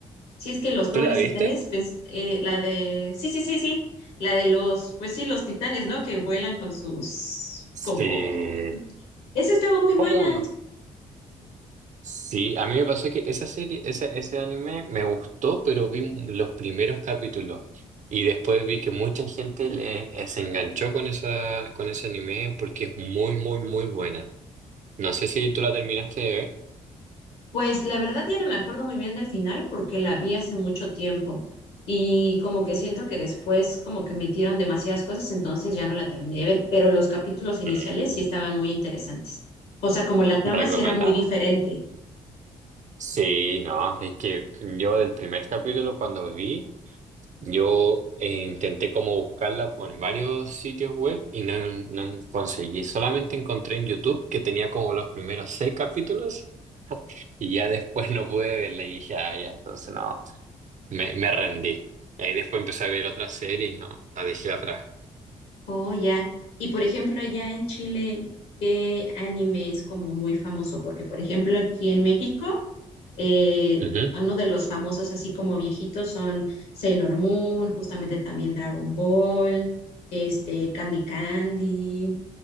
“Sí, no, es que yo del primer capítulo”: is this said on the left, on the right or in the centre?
Right